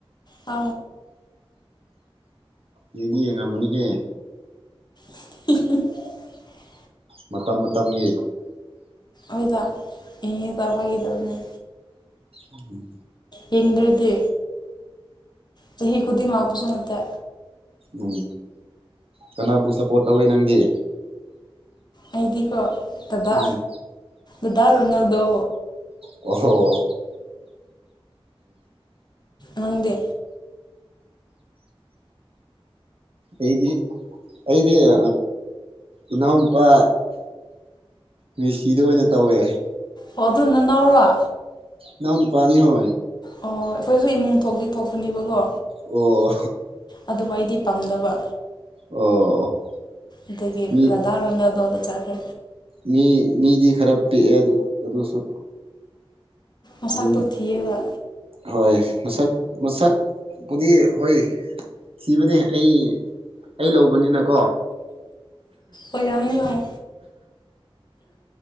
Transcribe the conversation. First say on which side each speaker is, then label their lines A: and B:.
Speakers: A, on the left; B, on the right.
A: ꯑ
B: ꯌꯦꯡꯗꯤ ꯌꯦꯉꯝꯃꯅꯤ ꯍꯦ
A: <inaudible>
B: ꯃꯇꯝ ꯃꯇꯝꯒꯤ
A: ꯍꯣꯏꯗ ꯢꯉꯤꯗ ꯐꯥꯏꯒꯤꯇꯧꯕꯅꯦ
B: ꯎꯝ
A: ꯌꯦꯡꯗ꯭ꯔꯗꯤ ꯆꯍꯤ ꯈꯨꯗꯤꯡ ꯂꯥꯛꯄꯁꯨ ꯅꯠꯇꯦ
B: ꯎꯝ ꯀꯅꯥꯕꯨ ꯁꯞꯄꯣꯔꯠ ꯇꯧꯋꯦ ꯅꯪꯗꯤ
A: ꯑꯩꯗꯤꯀꯣ ꯗꯗꯥ
B: ꯎꯝ
A: ꯗꯗꯥ ꯔꯣꯅꯦꯜꯗꯣ
B: ꯍꯣꯅꯦ
A: ꯍꯗꯦ
B: ꯑꯩꯗꯤ ꯑꯩꯗꯤ ꯑ ꯏꯅꯥꯎꯅꯄꯥ ꯃꯤꯁꯤꯗ ꯑꯣꯏꯅ ꯇꯧꯋꯦ
A: ꯑꯣ ꯑꯗꯨꯅ ꯅꯧꯔ
B: ꯅꯎ ꯄꯅꯤ ꯍ
A: ꯑꯣ ꯑꯩꯈꯣꯏꯁꯨ ꯏꯃꯨꯡ ꯊꯣꯛꯇꯤ ꯊꯣꯛꯄꯅꯦꯕꯀꯣ
B: ꯑꯣ
A: ꯑꯗꯨꯕꯨ ꯑꯩꯗꯤ ꯄꯥꯝꯗꯕ
B: ꯑꯣ
A: ꯑꯠꯇꯗꯒꯤ
B: ꯃꯤ
A: ꯂꯥꯗꯥꯔꯗꯣꯗ ꯆꯥꯛꯈꯦ
B: ꯃꯤ ꯃꯤꯗꯤ ꯈꯔ ꯄꯤꯛꯑꯦ ꯑꯗꯨ ꯑꯗꯨꯁꯨ
A: ꯃꯁꯛꯇꯣ
B: ꯑꯗꯨꯝ
A: ꯊꯤꯌꯦꯕ
B: ꯍꯣꯏ ꯃꯁꯛ ꯃꯁꯛꯄꯨꯗꯤ ꯍꯣꯏ ꯊꯤꯕꯅꯦ ꯑꯩ ꯑꯩ ꯂꯧꯕꯅꯤꯅ ꯀꯣ
A: ꯑꯣꯏꯔꯝꯅꯤ ꯍꯣꯏ